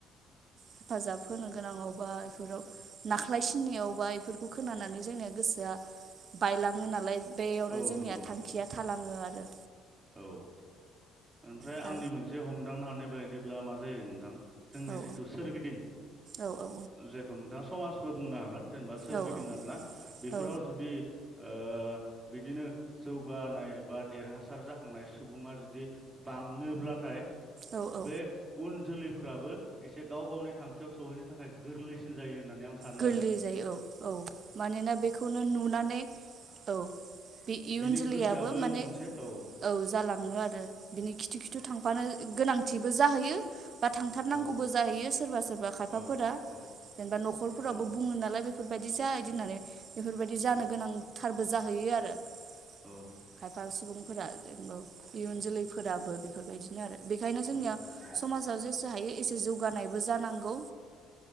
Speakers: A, on the right; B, on the right.
A: हेफाजाब होनो गोनाङावबा बेफोराव नाख्लाय सिननायावबा बेफोरखौ खोनानानै जोंनिया गोसोआ बायलाङो नालाय बेयावनो
B: औ
A: जोंनिया
B: नंगौ नोंथां
A: थांखिया थालाङो आरो।
B: औ ओमफ्राय
A: दा
B: आंनि मोनसे हमदांनो हानाय बायदिब्ला मा जायो नोंथां जोंनि
A: औ
B: जिथु सोरगिदिं
A: औ औ
B: जायखौ नोंथाङा समाजबो बुंनो हागोन जेनेबा सोरगिदिं
A: औ औ
B: आरोना बेफोराव
A: औ
B: जुदि ओ बिदिनो जौगानाय बा देरहासार जा थांनाय सुबुङा जुदि बाङोब्लाथाय
A: औ औ
B: बे उन जोलैफ्राबो एसे गाव गावनि थांखियाव सहैनो थाखाय गोरलैसिन जायो होननानै आं सानो
A: गोरलै
B: आरो
A: जायो औ औ मानोना बेखौनो नुनानै औ बे इयुन
B: बेनि
A: जोलैयाबो
B: गोसोआबो
A: माने
B: मोनसे औ
A: औ जालाङो आरो बिनि खिथु खिथु थांफानो गोनांथिबो जाहैयो बा थांथारनांगौबो
B: औ
A: जाहैयो सोरबा सोरबा खायफाफोरा
B: औ औ
A: जेनेबा न'खरफोराबो
B: औ
A: बुङो नालाय बे बेफोरबायदि जाय दोननानै बेफोरबायदि जानो
B: औ
A: गोनांथारबो जाहैयो आरो <inaudible> खायफा
B: औ
A: सुबुंफोरा जेनबोब इयुन
B: औ
A: जोलैफोराबो बेफोरबायदिनो आरो बेखायनो
B: औ
A: जोंनिया
B: नंगौ नोंथां
A: समाजाव जेसे हायो एसे जौगानायबो जानांगौ